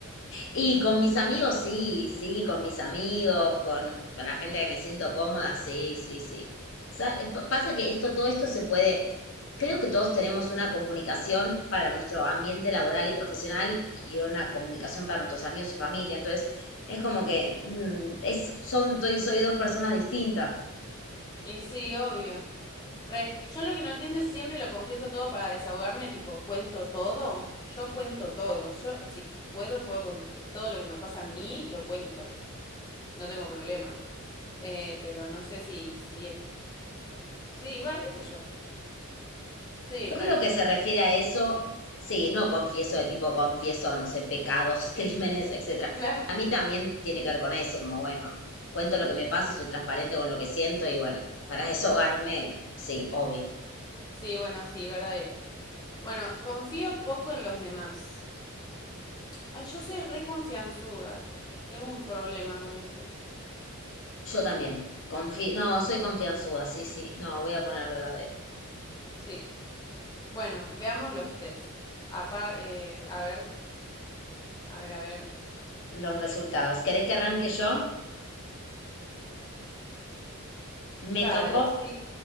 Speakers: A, on the left (about 60°); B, on the left (about 20°).
A: Y con mis amigos, sí, sí, con mis amigos, con, con la gente que me siento cómoda, sí, sí, sí. Sa- Pasa que esto, todo esto se puede, creo que todos tenemos una comunicación para nuestro ambiente laboral y profesional y una comunicación para nuestros amigos y familia. Entonces, es como que mm, es, son, soy, soy dos personas distintas.
B: Y sí, obvio. Re, yo lo que no entiendo es siempre lo confieso todo para desahogarme, tipo, cuento todo. Yo cuento todo. Yo, si puedo, puedo con todo lo que me pasa a mí, lo cuento. No tengo problema. Eh, pero no sé si, si, sí, va, qué sé yo. Sí, re.
A: Yo creo que se refiere a eso, sí, no confieso de tipo confieso, no sé, pecados, <laughs> crímenes, etcétera.
B: La-
A: Para mí también tiene que ver con eso, como bueno, cuento lo que me pasa, soy transparente con lo que siento y bueno, para <laughs> desahogarme, sí, obvio.
B: Sí, bueno, sí, verdadero. Bueno, confío poco en los demás. Ay, yo soy re confianzuda. Tengo un problema con eso.
A: Yo también. Confi no, soy confianzuda, sí, sí. No, voy a poner verdadero.
B: Sí. Bueno, veamos los test. Apa- eh, a ver, a ver, a ver.
A: Los resultados. ¿Querés que arranque yo? Me
B: Dale,
A: tocó.
B: sí.